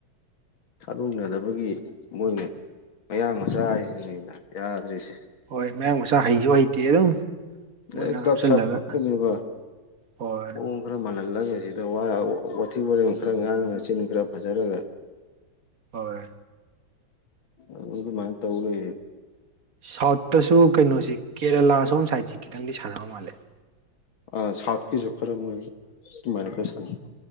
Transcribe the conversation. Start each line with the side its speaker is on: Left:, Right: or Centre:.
Left: ꯊꯥꯗꯣꯛꯅꯗꯕꯒꯤ ꯃꯣꯏꯅ ꯃꯌꯥꯡ ꯃꯆꯥꯔꯤꯁꯤꯅꯤꯅ ꯌꯥꯗ꯭ꯔꯤꯁꯦ
Right: ꯍꯣꯏ ꯃꯌꯥꯡ ꯃꯆꯥ ꯍꯩꯖꯨ ꯍꯩꯇꯦ ꯑꯗꯨꯝ ꯃꯣꯏꯅ
Left: ꯑꯦ ꯗꯞ
Right: ꯍꯥꯞꯆꯤꯜꯂꯒ
Left: ꯁꯞ ꯐꯥꯛꯇꯅꯦꯕ
Right: ꯍꯣꯏ
Left: ꯃꯑꯣꯡ ꯈꯔ ꯃꯥꯜꯍꯜꯂꯒ ꯁꯤꯗ ꯋꯥ ꯋꯥꯊꯤ ꯋꯥꯔꯦꯝ ꯈꯔ ꯉꯥꯡꯉ ꯆꯤꯟ ꯈꯔ ꯐꯖꯔꯒ
Right: ꯍꯣꯏ
Left: ꯑ ꯑꯗꯨꯃꯥꯏꯟ ꯇꯧꯂꯩꯔꯦ
Right: ꯁꯥꯎꯠꯇꯁꯨ ꯀꯩꯅꯣꯁꯤ ꯀꯦꯔꯦꯂꯥ ꯁꯣꯝ ꯁꯥꯏꯠꯁꯦ ꯈꯤꯇꯪꯗꯤ ꯁꯥꯟꯅꯕ ꯃꯥꯜꯂꯦ ꯑ
Left: ꯑ ꯁꯥꯎꯠ ꯀꯤꯖꯨ ꯈꯔ ꯃꯣꯏ ꯇꯨꯃꯥꯏꯅ ꯈꯔ ꯁꯥꯟꯅꯩ